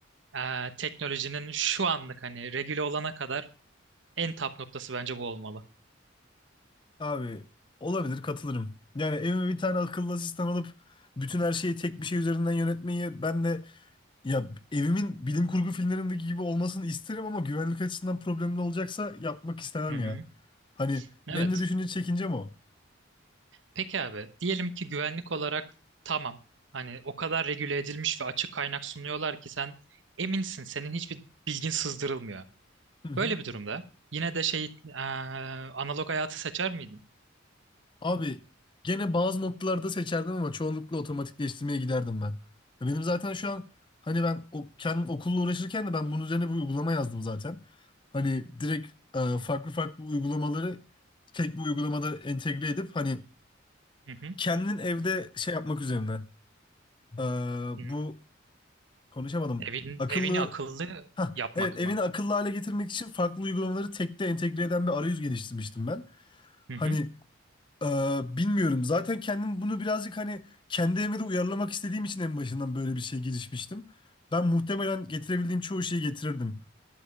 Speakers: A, on the right; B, on the left.
A: eee, teknolojinin şu anlık hani regüle olana kadar en tap noktası bence bu olmalı.
B: Abi olabilir katılırım. Yani evime bir tane akıllı asistan alıp bütün her şeyi tek bir şey üzerinden yönetmeyi ben de ya evimin bilim kurgu filmlerindeki gibi olmasını isterim ama güvenlik açısından problemli olacaksa yapmak istemem
A: Hı hı.
B: ya. Hani
A: Evet.
B: benim de düşünce çekincem o.
A: Peki abi diyelim ki güvenlik olarak tamam hani o kadar regüle edilmiş ve açık kaynak sunuyorlar ki sen eminsin senin hiçbir bilgin sızdırılmıyor.
B: <laughs>
A: Böyle bir durumda yine de şey eee, analog hayatı seçer miydin?
B: Abi gene bazı noktalarda seçerdim ama çoğunlukla otomatikleştirmeye giderdim ben. Ya Benim zaten şu an hani ben o, kendim okulla uğraşırken de ben bunun üzerine bir uygulama yazdım zaten. Hani direkt e, farklı farklı uygulamaları tek bir uygulamada entegre edip hani
A: Hı hı.
B: kendin evde şey yapmak üzerine. E,
A: Hı.
B: bu konuşamadım.
A: Evin
B: Akıllı
A: evini akıllı
B: Hah,
A: yapmak
B: evet evini
A: mı?
B: akıllı hale getirmek için farklı uygulamaları tekte entegre eden bir arayüz geliştirmiştim ben.
A: Hı
B: Hani
A: hı.
B: Ee, bilmiyorum. Zaten kendim bunu birazcık hani kendi evime de uyarlamak istediğim için en başından böyle bir şey girişmiştim. Ben muhtemelen getirebildiğim çoğu şeyi getirirdim.